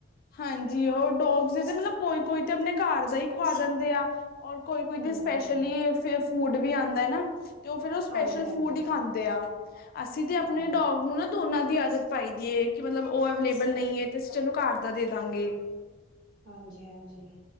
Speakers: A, on the left; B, on the right.
A: ਹਾਂਜੀ। ਉਹ ਡੋਗਸ ਦੇ ਮਤਲਬ ਕੋਈ ਕੋਈ ਤੇ, ਆਪਣੇ ਘਰ ਦਾ ਹੀ ਖਵਾ ਦਿੰਦੇ ਆ। ਔਰ ਕੋਈ- ਕੋਈ
B: ਹੂੰ
A: ਦੀ ਸਪੈਸ਼ਲੀ
B: ਹੂੰ।
A: ਫੂਡ ਵੀ ਆਉਂਦਾ ਐ, ਨਾ। ਤੇ, ਉਹ ਫੇਰ ਉਹ
B: ਹਾਂਜੀ
A: ਸਪੈਸ਼ਲ
B: ਹਾਂਜੀ
A: ਫੂਡ ਹੀ ਖਾਂਦੇ ਆ। ਹ <inaudible> ਅਸੀਂ ਤੇ, ਆਪਣੇ
B: ਹਾਂ
A: ਡੋਗ ਨੂੰ ਨਾ, ਦੋਨਾਂ ਦੀ ਆਦਤ ਪਾਈ ਦੀ ਏ, ਕਿ ਮਤਲਬ ਉਹ ਅਵੇਲੇਬਲ ਨਹੀਂ
B: ਅੱਛਾ
A: ਹੈ, ਤੇ ਅਸੀਂ ਚਲੋ ਘਰ ਦਾਦੀ ਤਾਂਗੀਗੇ
B: ਹਾਂਜੀ, ਹਾਂਜੀ।